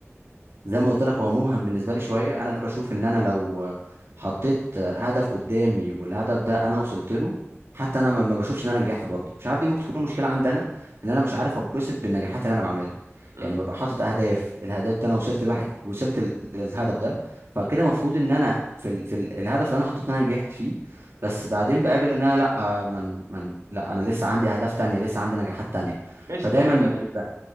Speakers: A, on the right; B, on the right.
A: زي ما قلت لك هو مبهم بالنسبه لي شويه انا بشوف ان انا لو حطيت هدف قدامي والهدف ده انا وصلت له حتى انا ما ما بشوفش ان انا نجحت برضه مش عارف دي ممكن تكون مشكله عندي انا ان انا مش عارف اتبسط بالنجاحات اللي انا بعملها
B: امم
A: يعني ببقى حاطط اهداف الهدف ده انا وصلت لواحد وصلت ل- للهدف ده فكده المفروض ان انا في ال... في ال... الهدف اللي انا حطيته انا نجحت فيه بس
B: ايوه
A: بعدين بقابل ان انا لا من من لا انا لسه عندي اهداف تانية لسه عندي نجاحات تانية
B: ماشي
A: فدايما
B: دي حاجه تانية
A: ب-